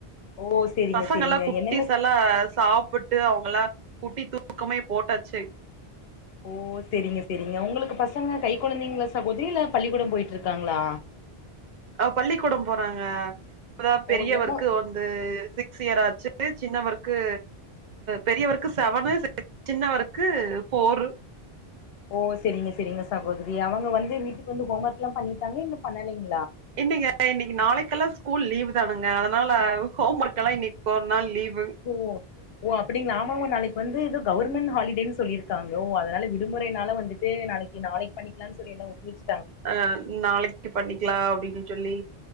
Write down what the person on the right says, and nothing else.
பசங்க
எல்லாம் குட்டீசெல்லாம்
சாப்பிட்டு விட்டு அவங்கள குட்டி தூக்கமே போட்டச்சு
பள்ளிக்கூடம் போறாங்க அப்பதான் பெரியவருக்கு
வந்து கிளியராச்சு சின்னவருக்கு பெரியவருக்கு செவனு சின்னவருக்கு போ ரு
இல்லீங்க இன்னைக்கு நாளைக்கெல்லாம் ஸ்கூல் லீவ் தானுங்க அதனால ஹோம் ஒர்க் எல்லாம்இன்னிக்கு ஒர் நாள் லீவ்
அஹ் நாளைக்கு பண்ணிக்கலாம் அப்படின்னு சொல்லி